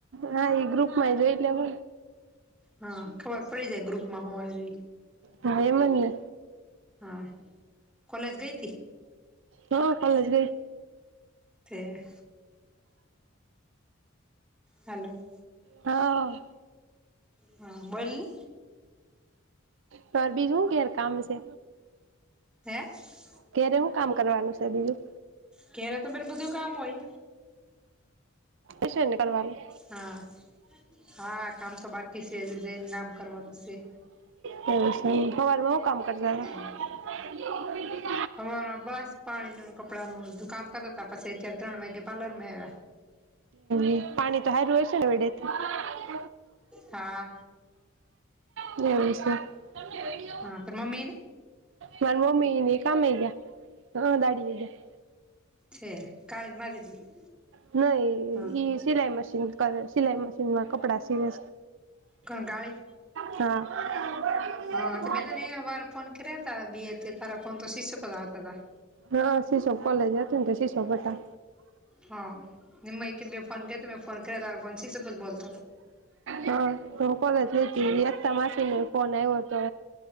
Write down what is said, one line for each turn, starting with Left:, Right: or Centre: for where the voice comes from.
Right: હા એ ગ્રુપમાં એ જોઈ લ હ
Centre: હા ખબર પડી જાય ગ્રુપમાં હું આવી
Right: હા એમંદને
Centre: હા કોલેજ ગઈ હતી.
Right: હા કાલે જ
Centre: છે હલો
Right: હા.
Centre: હા બોલી
Right: તોર બીજ હું કેાર કામ છે.
Centre: હે
Right: ક્યારે હું કામ કરવાનું છે, બીજું
Centre: ક્યારે તો બેન બધું કામ હોય.
Right: એશું એને કરવાનું
Centre: હા હા કામ તો બાકી છે હજી જઈને કામ કરવાનું છે
Right: હ. એ હોવા હું કામ કરતા
Centre: હા.
Right: હ.
Centre: હ બસ પાણીનું કપડાનુ કામ કરતાતા પછચાર ત્રણ વાગે પારલરમાં આવ્યા
Right: એ પાણી તો સારું હો છેને, વેડેથી
Centre: હા.
Right: બે છે.
Centre: હા ત મમ્ીને
Right: મારા મમ્મી નની કામે ગયા હ દાડી એ ગયા.
Centre: છે. કાળી ને મારી દીકરી
Right: નાહી
Centre: હા
Right: ઈ. સિલાઈ મશીન કરે સિલાઈ મશીનમાં કપડા સીવે
Centre: કોણકાળી
Right: હા
Centre: હા મેં તને એ વાર ફોન કર્યા ત બે થી તારા ફોન તો શીશો પધ આવતા હતા.
Right: હા શીશો કોલેજ જ હત તો શીશો હતા.
Centre: હા નિમ એકકી બે ફોન ક મે ફોન કર કરી ફોન સી સપ બોત
Right: હા તો હું કોલે જ લધ
Centre: હા
Right: તા માસીને ફોન આવ્યો હતો.